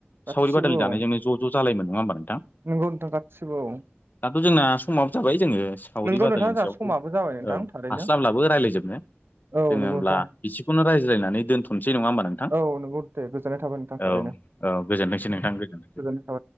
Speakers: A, on the right; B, on the left.
A: गासिबो
B: सावरि बादालि दानायजोंनो
A: औ
B: ज' ज' जायोम नङा होमबा नोंथां
A: नंगौ नोंथां गासिबो औ
B: दाथ' जोंना समाव जाबाय जोङो सावरि
A: नोंगौ
B: बादालनि
A: नोंथां जोंहा
B: सायावखौ
A: समाबो जाबाय नोंथां
B: औ
A: थारैनो
B: हास्लाबला बोरायज्लायजोबनो
A: औ
B: जोङो
A: नंगौ
B: होमब्ला
A: नोंथां
B: बिसिखौनो रायज्लायनानै दोनथ'नोसै नङा होमबा नों थां
A: औ नंगौ दे गोजोननाय थाबाय नोंथां थारैनो
B: औ औ गोजोनथोंसै नोंथां गोजोनथोंसै
A: गोजोननाय थाबाय